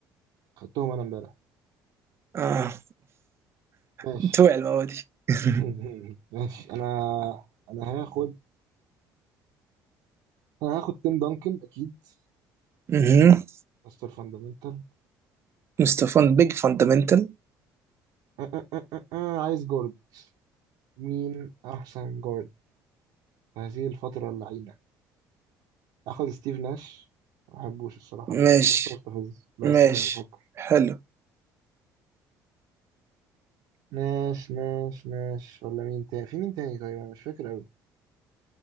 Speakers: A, on the right (about 75°); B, on the right (about 40°).
A: خدتهم أنا إمبارح
B: اه
A: ماشي
B: <laughs> توع المره دي <laughs>
A: <laughs> ماشي أنا أنا هاخد أنا هاخد تيم دانكن أكيد
B: مهم.
A: مستر فاندامنتال
B: مستفان بيج فاندمنتال
A: آه، آه، آه، آه، آه، عايز جارد مين أحسن جارد في هذه الفترة اللعينة؟ آخد ستيف ناش ما بحبوش الصراحة
B: ماشي
A: أوي مش مستفز لا
B: ماشي
A: استنى أنا بفكر
B: حلو
A: ناش ناش ناش ولا مين تاني في مين تاني طيب أنا مش فاكر أوي